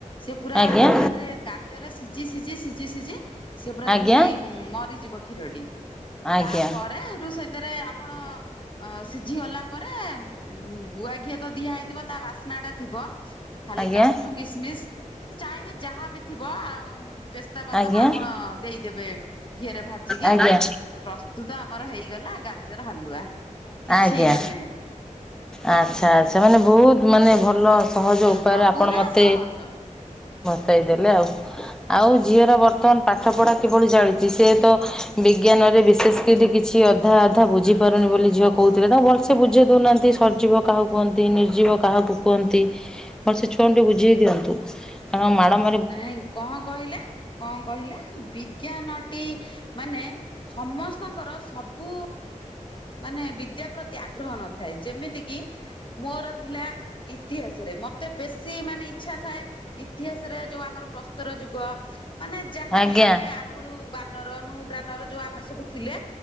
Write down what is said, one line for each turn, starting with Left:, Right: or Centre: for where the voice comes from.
Left: ସେ ପୁରା
Centre: ଆଜ୍ଞା
Left: ମାନେ ତା ଦେହରେ ଦା ସିଝି -ସିଝି- ସିଝି- ସିଝି ସିଏ ପୁରା
Centre: ଆଜ୍ଞା
Left: ଯେମିତି ମରିଯିବ କ୍ଷୀରଟି।
Centre: ଆଜ୍ଞା
Left: ତାପରେ ସେଇଠୁ ସେଥିରେ ଆପଣ ଅ ସି ଝି ହେଲା ପରେ ଗୁଆ ଘିଅ ତ ଦିଆ ହେଇଥିବ ତା ବାସ୍ନା ଟା ଥିବ। ଖାଲି
Centre: ଆଜ୍ଞା
Left: କାଜୁ, କିସମିସ୍, ଚାହିଁବେ ଯାହା ବି ଥିବ ଉମ୍ ପେସ୍ତା ବାଦାମ
Centre: ଆଜ୍ଞା।
Left: ଆପଣ। ଦେବେ ଘିଅରେ ଭାଜିକି
Centre: ଆଜ୍ଞା।
Left: ପ୍ରସ୍ତୁତ ଆମର ହେଇଗଲା ଗାଜର ହାଲୁଆ। କିଛି
Centre: ଆଜ୍ଞା।
Left: ମାନେ
Centre: ଆଚ୍ଛା, ଆଚ୍ଛା ମାନେ ବହୁତ ମାନେ ଭଲ। ସହଜ ଉପାୟରେ
Left: ହଁ
Centre: ଆପଣ
Left: ପୁରା
Centre: ମତେ
Left: ସହଜ। ହୁଁ।
Centre: ବତେଇଦେଲେ ଆଉ। ଆଉ ଝିଅର ବର୍ତ୍ତମାନ ପାଠ ପଢା କିଭଳି ଚାଲିଛି। ସେ ତ ବିଜ୍ଞାନରେ ବିଶେଷ କରିକି କିଛି ଅଧା ଅଧା ବୁଝି ପାରୁନି ବୋଲି ଝିଅ। କହୁଥିଲେ ତ ଭଲସେ ବୁଝେଇ ଦଉନାହାନ୍ତି। ସର୍ଜିବ କାହାକୁ କୁହନ୍ତି, ନିର୍ଜୀବ କାହାକୁ କୁହନ୍ତି। ମୋର ସେ ଛୁଆଙ୍କୁ ଟିକେ ବୁଝେଇ ଦିଅନ୍ତୁ। କାରଣ ମ୍ୟାଡାମ
Left: ନାଇଁ କଣ କହିଲେ? କଣ କହିଲେ, ବିଜ୍ଞାନଟି ମାନେ ସମ ସମସ୍ତଙ୍କର ସବୁ ମାନେ ବିଦ୍ୟା ପ୍ରତି ଆଗ୍ରହ ନଥାଏ ଯେମିତି କିି ମୋର ଥିଲା ଇତିହାସରେ ମତେ ବେଶୀ ମାନେ ଇଚ୍ଛା ଥାଏ। ଇତିହାସ ଯୋଉ ଆମର ପ୍ରସ୍ତର ଯୁଗ ମାନେ ଯାହାବ
Centre: ଆଜ୍ଞା
Left: ଆମେ ଆଗରୁ ବାନର। ନୃ ପୁରାର ଯୋଉ ଆମେ ସବୁ ଥିଲେ